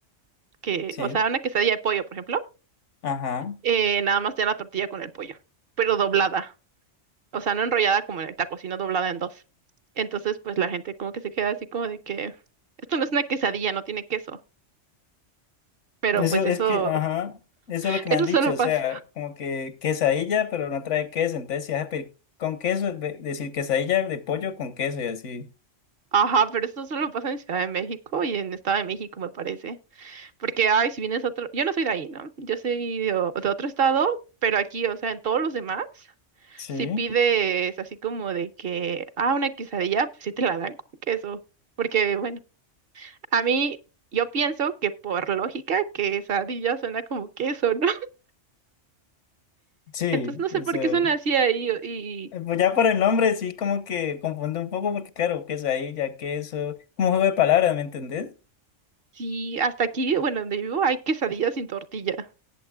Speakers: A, on the right; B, on the left.
A: que,
B: Sí,
A: o sea, una quesadilla de pollo, por ejemplo,
B: ajá.
A: eh, nada más te dan la tortilla con el pollo, pero doblada, o sea, no enrollada como en el taco, sino doblada en dos. Entonces, pues la gente como que se queda así como de que esto no es una quesadilla, no tiene queso. Pero
B: Eso
A: pues
B: es
A: eso,
B: que, ajá, eso
A: <laughs>
B: es lo que me
A: eso
B: han dicho,
A: solo
B: o
A: pasa.
B: sea, como que quesadilla, pero no trae queso, entonces si vas a pedir con queso, es ve- decir quesadilla de pollo con queso y así.
A: Ajá, pero eso solo pasa en Ciudad de México y en Estado de México, me parece. Porque, ay, si vienes a otro, yo no soy de ahí, ¿no? Yo soy de, o- de otro estado, pero aquí, o sea, en todos los demás,
B: Sí,
A: si pides así como de que, ah, una quesadilla, pues sí te la dan con queso. Porque, bueno, a mí, yo pienso que por lógica, quesadilla suena como queso, ¿no? <laughs>
B: sí,
A: Entonces no sé
B: o
A: por
B: sea.
A: qué suena así ahí. o- Y
B: Eh, Pues ya por el nombre sí como que confunde un poco porque claro, quesadilla, queso, como un juego de palabras, ¿me entendés?
A: sí, hasta aquí, bueno, donde vivo, hay quesadillas sin tortilla.